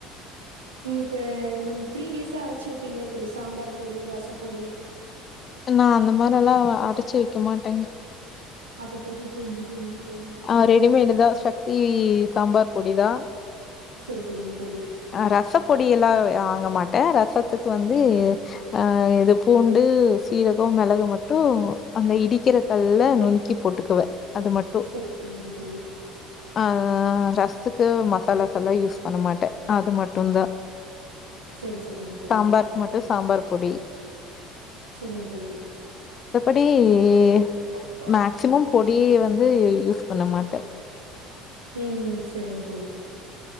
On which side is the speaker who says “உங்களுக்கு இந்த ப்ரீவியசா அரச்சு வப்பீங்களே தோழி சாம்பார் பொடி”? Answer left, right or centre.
Right